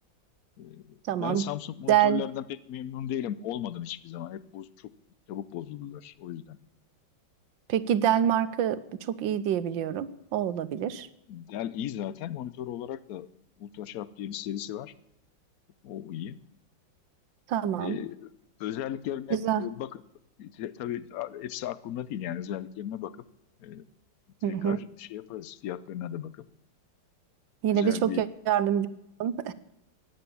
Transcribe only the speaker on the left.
Ee,
Ben Samsung monitörlerden
pek memnun değilim. Olmadım hiçbir zaman. Hep boz, çok çabuk bozuldular. O yüzden.
Dell iyi zaten. Monitör olarak da UltraSharp diye bir serisi var. O iyi.
Ee, özelliklerine
e, bakıp te- tabii hepsi aklımda değil yani özelliklerine bakıp e, tekrar
şey yaparız. Fiyatlarına da bakıp
güzel
bir